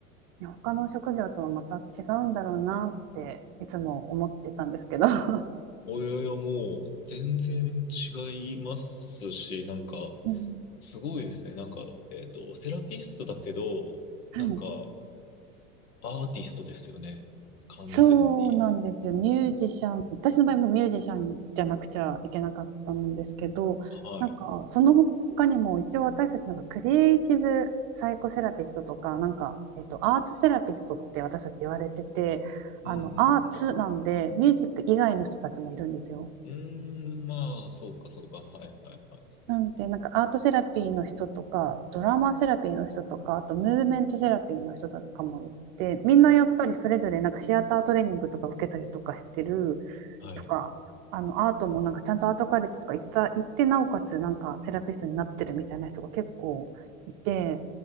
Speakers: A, on the right (about 45°); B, on the left (about 70°).
A: ね他の職業とはまた違うんだろうなっていつも思ってたんですけど。<laughs>
B: およよもう全然違いますし、なんか、
A: うん
B: すごいですね。なんか、えっと、セラピストだけど、
A: はい
B: なんか、アーティストですよね。完全に。
A: そうなんですよ。ミュージシャン、私の場合もミュージシャンじゃなくちゃいけなかったんですけど、
B: はい。
A: なんかその他にも一応私たちなんかクリエイティブサイコセラピストとか、なんか、えっと、アーツセラピストって私たち言われてて、
B: うんうん
A: あの、アーツなんでミュージック以外の人たちもいるんですよ。
B: うん。うーん、まあ、そうかそうか。はいはいはい。
A: なんで、なんかアートセラピーの人とか、ドラマセラピーの人とか、あとムーブメントセラピーの人とかもいて、みんなやっぱりそれぞれなんかシアタートレーニングとか受けたりとかしてる、
B: はい
A: とかあのアートもなんかちゃんとアートカレッジとか行った行ってなおかつなんかセラピストになってるみたいな人が結構いて